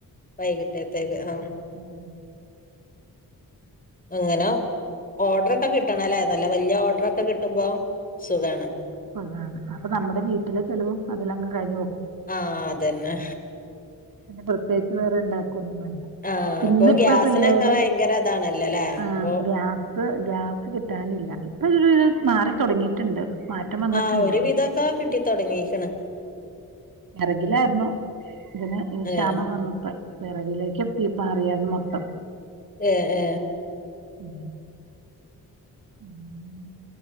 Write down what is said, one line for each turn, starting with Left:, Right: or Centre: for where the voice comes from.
Left: വൈകിട്ടത്തേക്ക് ആ
Right: ഉം.
Left: അങ്ങനെ ഓർഡർൊക്കെ കിട്ടണല്ലേ. നല്ല വല്ല്യ ഓർഡർൊക്കെ കിട്ടുമ്പോ സുഖണ്.
Right: <unintelligible> അപ്പൊ നമ്മുടെ വീട്ടിലെ ചെലവും അതിലങ്ങ് കഴിഞ്ഞ്
Left: ആഹ് അതന്നെ
Right: പ്രത്യേകിച്ച് വേറെ ഉണ്ടാക്കൊന്നും വേണ്ട.
Left: ആഹ്
Right: ഇന്നിപ്പ
Left: അപ്പൊ ഗ്യാസിനൊക്കെ
Right: പിള്ളേര്
Left: ഭയങ്കര ഇതാണല്ലോല്ലേ
Right: ആ
Left: അപ്പൊ
Right: ഗ്യാസ് ഗ്യാസ് കിട്ടാനെ <unintelligible> രു മാറി തൊടങ്ങിട്ടുണ്ട്. മാറ്റം വന്നിട്ടുണ്ട്
Left: ആഹ് ഒരു വിധൊക്കെ കിട്ടിത്തൊടങ്ങീക്ക്ണ്
Right: വെറകിലായിരുന്നു. ഇതിന് ക്ഷാമം
Left: ഏഹ്
Right: വന്നപ്പ വിറകിലേക്ക് തീ മാറിയാന്ന് മൊത്തം.
Left: ഏ ഏ.
Right: ഉം. ഉം.